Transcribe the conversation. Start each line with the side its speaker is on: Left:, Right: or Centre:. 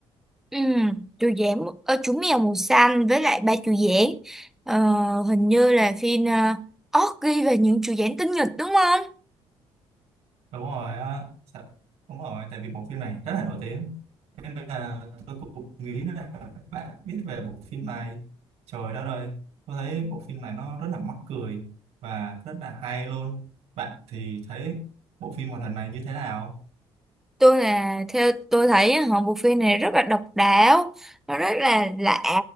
Centre: Ừm, chú giảng ờ, chú mèo màu xanh với lại ba chú giảng Ờ, hình như là phim uh, Orgy và những chú giảng tinh nghịch đúng không?
Right: đúng rồi, á. Sợ- đúng rồi, tại vì bộ phim này rất là nổi tiếng. nên là tôi cũng nghĩ là bạn biết về bộ phim này trời đất ơi tôi thấy bộ phim này nó rất là mắc cười và rất là hay luôn bạn thì thấy bộ phim hoạt hình này như thế nào
Centre: Tôi là theo tôi thấy á, họ bộ phim này rất là độc đáo, nó rất là lạ.